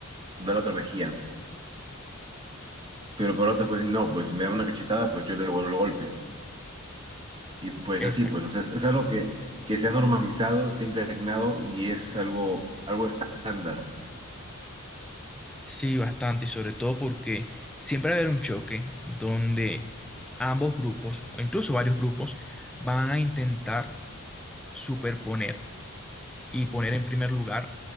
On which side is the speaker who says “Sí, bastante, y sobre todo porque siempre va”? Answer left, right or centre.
Centre